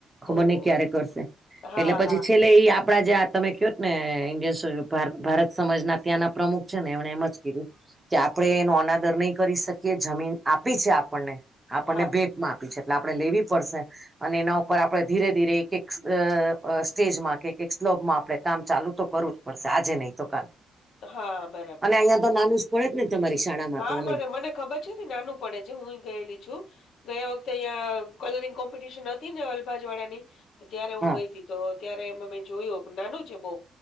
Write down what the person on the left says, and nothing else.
ઓહો
હા
હા
હા
હા. બરાબર
છે
હા
મને મને ખબર છે, નાનું પડે છે, હું ગયેલી છું. ગયા વખતે અહં કલરિંગ કોમ્પિટિશન હતી ને અલભાજ વાળાની તો તય્યારે હું
ગઈતી તો ત્યારે એ મેમે જોયયો નાનું છે, બો